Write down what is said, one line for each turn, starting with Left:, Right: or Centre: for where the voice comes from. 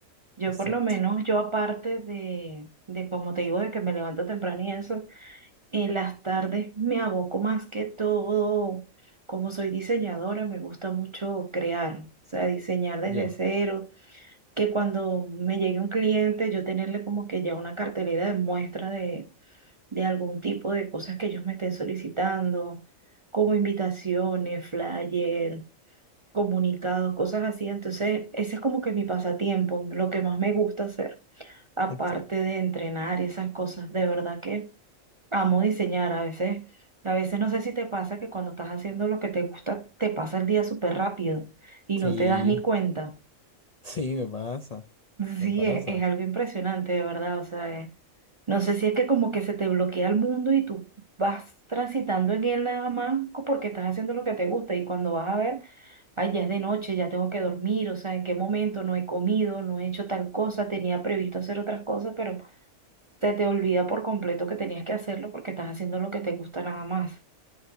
Right: Yo
Left: Exacto.
Right: por lo menos, yo aparte de, de como te digo, de que me levanto temprano y eso, en las tardes me aboco más que todo, como soy diseñadora, me gusta mucho crear, o sea, diseñar desde
Left: Ya,
Right: cero, que cuando me llegue un cliente, yo tenerle como que ya una cartelera de muestra de de algún tipo de cosas que ellos me estén solicitando, como invitaciones, flyer, comunicados, cosas así. Entonces, ese es como que mi pasatiempo, lo que más me gusta hacer, aparte
Left: entiendo.
Right: de entrenar y esas cosas. De verdad que amo diseñar a veces. A veces no sé si te pasa que cuando estás haciendo lo que te gusta, te pasa el día súper rápido y
Left: Sí,
Right: no te das ni cuenta.
Left: <laughs> sí, me pasa, me
Right: Sí,
Left: pasa.
Right: es, es algo impresionante, de verdad. O sea, eh, no sé si es que como que se te bloquea el mundo y tú vas transitando en él nada más co- porque estás haciendo lo que te gusta y cuando vas a ver, ay, ya es de noche, ya tengo que dormir, o sea, en qué momento no he comido, no he hecho tal cosa, tenía previsto hacer otras cosas, pero se te olvida por completo que tenías que hacerlo porque estás haciendo lo que te gusta nada más.